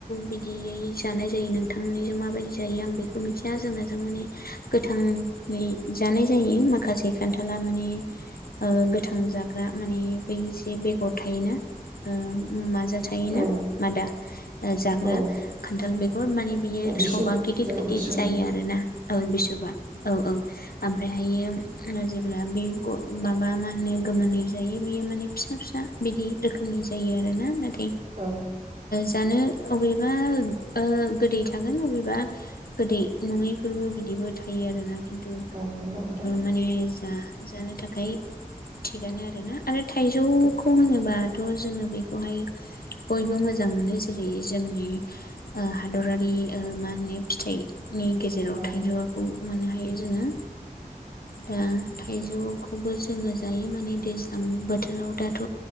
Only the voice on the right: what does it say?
औ
औ
औ बिसु
जायखौ
बिसु होनो
औ
औ नंगौ नोंथां
औ